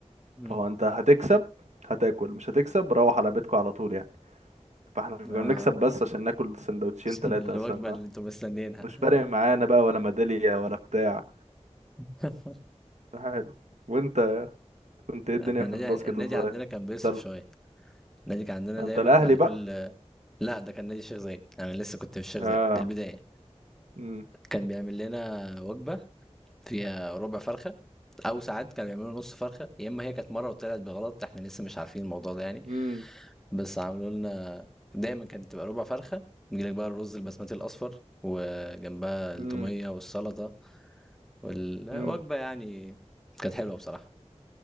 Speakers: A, in the centre; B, on the right.
A: إمم،
B: فهو
A: إمم،
B: انت هتكسب هتاكل مش هتكسب روح على بيتكم على طول يعني فاحنا كنا
A: آه،
B: بنكسب بس عشان ناكل سندوتشين
A: <laughs>
B: ثلاثة
A: الوجبة
B: مثلا
A: اللي أنتم مستنيينها،
B: مش فارق معانا بقى ولا ميدالية ولا بتاع
A: <laughs>
B: حلو وانت كنت ايه الدنيا
A: إحنا
B: في
A: النادي
B: الباسكت
A: النادي
B: وانت صغير
A: عندنا كان بيصرف
B: سلة.
A: شوية، النادي كان عندنا دايمًا
B: انت الاهلي
A: بعد كل
B: بقى
A: لا ده كان نادي الشيخ زايد انا لسه كنت في الشيخ
B: اه
A: زايد دي البدايه
B: امم
A: كان بيعمل لنا وجبه فيها ربع فرخه او ساعات كانوا بيعملوا نص فرخه يا اما هي كانت مره وطلعت بغلط احنا لسه مش عارفين الموضوع ده يعني
B: امم
A: بس عملوا لنا دايما كانت تبقى ربع فرخه يجيلك بقى الرز البسمتي الاصفر وجنبها
B: امم
A: التوميه والسلطه والوجبه
B: امم
A: يعني كانت حلوه بصراحه